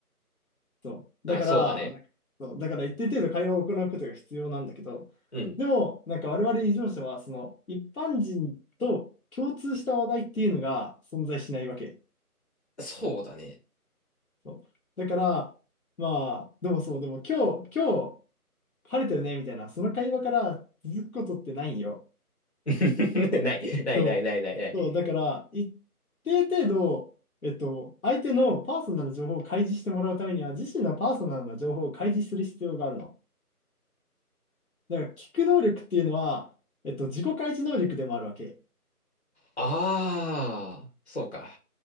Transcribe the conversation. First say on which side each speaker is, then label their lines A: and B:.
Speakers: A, on the left; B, on the left.
A: そう。
B: あ、
A: だから、
B: そうだね。
A: なんか、そう、だから一定程度会話を行うことが必要なんだけど、
B: うん。
A: でも、なんか我々異常者は、その、一般人と共通した話題っていうのが存在しないわけ。
B: そうだね。
A: そう。だから、まあ、でもそう、でも今日、今日、晴れてるね、みたいな、その会話から続くことってないよ。
B: <laughs> ない、ない、
A: そう、
B: ない、ない、ない、ない。
A: そう、だから、一定程度、えっと、相手のパーソナルな情報を開示してもらうためには、自身のパーソナルな情報を開示する必要があるの。だから、聞く能力っていうのは、えっと、自己開示能力でもあるわけ。
B: あー、そうか。